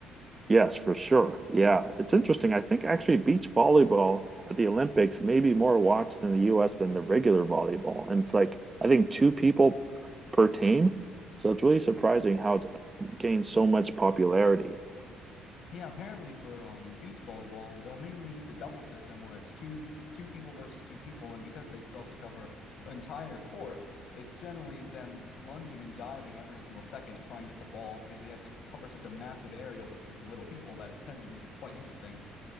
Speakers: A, on the right (about 20°); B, on the left (about 65°).
A: Yes, for sure. Yeah, it's interesting. I think actually beach volleyball at the Olympics may be more watched in the US than the regular volleyball. And it's like, I think two people per team. So it's really surprising how it's gained so much popularity.
B: Yeah, apparently for um, beach volleyball, they'll mainly use a double system where it's two two people versus two people, and because they still have to cover an entire court, it's generally them lunging and diving every single second to try and get the ball because they have to cover such a massive area with such little people that it tends to be quite interesting.